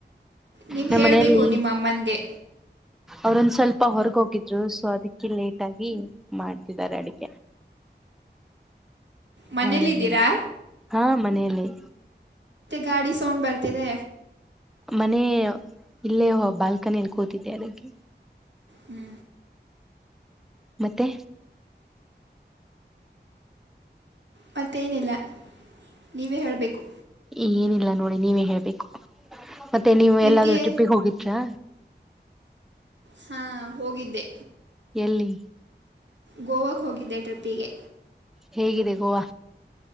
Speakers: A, on the right; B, in the centre.
A: ನೀವು
B: ನಮ್ಮ
A: ಹೇಳಬೇಕು
B: ಮನೆಯಲ್ಲಿ
A: ನಿಮ್ಮ ಅಮ್ಮನಿಗೆ
B: ಅವ್ರೊಂದ್ ಸ್ವಲ್ಪ ಹೊರಗ ಹೋಗಿದ್ರು ಸೊ ಅದಕ್ಕೆ ಲೇಟ್ ಆಗಿ ಮಾಡ್ತಿದ್ದಾರೆ ಅಡಿಗೆ
A: ಮನೇಲ್ಲಿದ್ದೀರಾ
B: ಹ್ಮ ಹಾ ಮನೇಯಲ್ಲಿ.
A: ಗಾಡಿ ಸೌಂಡ್ ಬರ್ತಿದೆ.
B: ಮನೆ ಇಲ್ಲೇ ಬಾಲ್ಕನಿಯಲಿ ಕೂತಿದ್ದೆ ಅದಕ್ಕೆ.
A: ಹೂಂ
B: ಮತ್ತೆ
A: ಮತ್ತೇನಿಲ್ಲ ನೀವೇ ಹೇಳ್ಬೇಕು.
B: ಏನಿಲ್ಲ ನೋಡಿ ನೀವೇ ಹೇಳ್ಬೇಕು. ಮತ್ತೆ ನೀವು
A: ನಿಮಗೆ
B: ಎಲ್ಲಾದ್ರೂ ಟ್ರಿಪ್ಪಿಗ್ ಹೋಗಿದ್ರಾ?
A: ಹಾ ಹೋಗಿದ್ದೆ.
B: ಎಲ್ಲಿ?
A: ಗೋವಾಕ್ ಹೋಗಿದ್ದೆ ಟ್ರಿಪ್ಪಿಗೆ
B: ಹೇಗಿದೆ ಗೋವಾ?